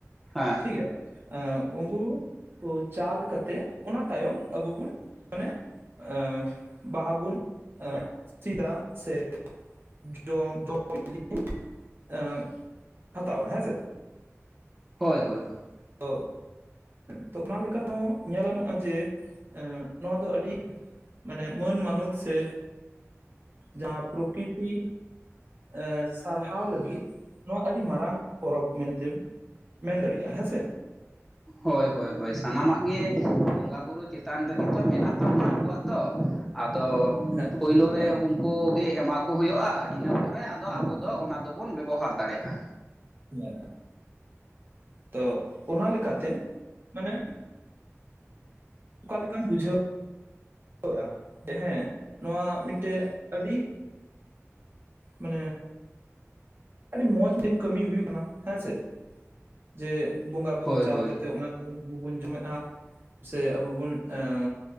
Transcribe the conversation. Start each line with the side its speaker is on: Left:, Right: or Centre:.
Centre: ᱦᱮᱸ᱾
Right: ᱴᱷᱤᱠ ᱜᱮᱭᱟ ᱮ ᱩᱝᱠᱩ ᱠᱩ ᱪᱟᱞ ᱠᱟᱛᱮᱫ ᱚᱱᱟ ᱛᱟᱭᱚᱢ ᱟᱵᱚ ᱵᱩᱱ ᱢᱟᱱᱮ ᱮ ᱵᱟᱦᱟ ᱵᱚᱱ ᱥᱤᱫᱟ ᱥᱮ ᱡᱚᱢ ᱠᱚ ᱵᱤᱞᱤ ᱮ ᱦᱟᱛᱟᱣᱟ ᱦᱮᱸᱥᱮ᱾
Centre: ᱦᱳᱭ ᱦᱳᱭ ᱦᱳᱭ᱾
Right: ᱛᱚᱸ ᱛᱚ ᱚᱱᱟ ᱞᱮᱠᱟ ᱛᱮᱦᱚᱸ ᱧᱮᱞ ᱜᱟᱱᱚᱜ-ᱟ ᱡᱮ ᱱᱚᱣᱟ ᱫᱚ ᱟᱹᱰᱤ ᱢᱟᱱᱮ ᱢᱟᱹᱱ ᱢᱟᱱᱚᱛ ᱥᱮ ᱡᱟᱦᱟᱸ ᱯᱨᱚᱠᱤᱛᱤ ᱮ ᱥᱟᱨᱦᱟᱣ ᱞᱟᱹᱜᱤᱫ ᱱᱚᱣᱟ ᱟᱹᱰᱤ ᱢᱟᱨᱟᱝ ᱯᱚᱨᱚᱵᱽ ᱢᱮᱱᱛᱮᱢ ᱢᱮᱱ ᱫᱟᱲᱮᱭᱟᱜ-ᱟ ᱦᱮᱸᱥᱮ᱾
Centre: ᱦᱳᱭ ᱦᱳᱭ ᱦᱳᱭ ᱥᱟᱱᱟᱢᱟᱜ ᱜᱮ
Right: ᱦᱮᱸ
Centre: ᱵᱚᱸᱜᱟ ᱵᱩᱨᱩ ᱪᱮᱛᱟᱱ ᱨᱮᱜᱮᱛᱚ ᱢᱮᱱᱟᱜ ᱛᱟᱵᱚᱱᱟ ᱟᱵᱚᱣᱟᱜ ᱫᱚ ᱟᱫᱚ
Right: ᱦᱮᱸ
Centre: ᱯᱳᱭᱞᱳ
Right: ᱦᱮᱸ
Centre: ᱨᱮ ᱩᱱ ᱠᱚᱜᱮ ᱮᱢᱟ ᱠᱚ ᱦᱩᱭᱩᱜ-ᱟ ᱤᱱᱟᱹ ᱯᱚᱨᱮ ᱟᱫᱚ
Right: ᱦᱮᱸ
Centre: ᱟᱵᱚ ᱫᱚ ᱚᱱᱟ ᱫᱚ ᱵᱚᱱ ᱵᱮᱵᱚᱦᱟᱨ ᱫᱟᱲᱮᱭᱟᱜ-ᱟ᱾
Right: ᱦᱮᱸ ᱛᱚ ᱚᱱᱟ ᱞᱮᱠᱟᱛᱮ ᱢᱟᱱᱮ᱾ ᱚᱠᱟ ᱞᱮᱠᱟᱢ ᱵᱩᱡᱷᱟᱹᱣ <unintelligible> ᱵᱩᱡᱷᱟᱹᱣᱮᱜ-ᱟ ᱡᱮ ᱦᱮᱸᱼᱼ ᱱᱚᱣᱟ ᱢᱤᱫ ᱴᱮᱡ ᱟᱹᱰᱤ ᱢᱟᱱᱮᱼᱼ ᱟᱹᱰᱤ ᱢᱚᱸᱡᱽ ᱢᱤᱫ ᱴᱮᱱ ᱠᱟᱹᱢᱤ ᱦᱩᱭᱩᱜ ᱠᱟᱱᱟ ᱦᱮᱸ ᱥᱮ ᱡᱮ ᱵᱚᱸᱜᱟ ᱵᱩᱨᱩ
Centre: ᱦᱳᱭ
Right: ᱪᱟᱞ
Centre: ᱦᱳᱭ
Right: ᱠᱟᱛᱮ ᱚᱱᱟᱼᱼ <unintelligible> ᱡᱚᱢᱮᱜ-ᱟ ᱥᱮ ᱟᱵᱚ ᱵᱩᱱ ᱮᱸᱻ